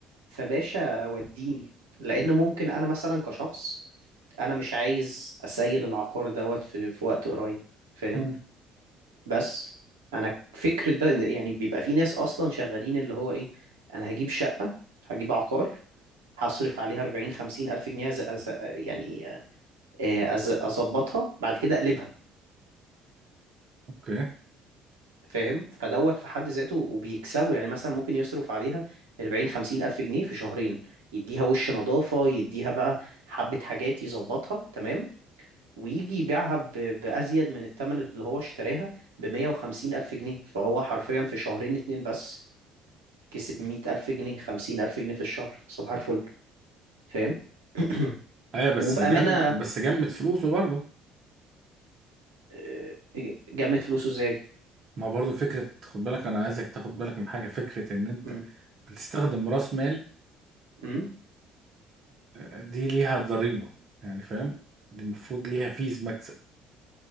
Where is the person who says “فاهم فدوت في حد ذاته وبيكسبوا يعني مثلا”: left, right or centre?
Right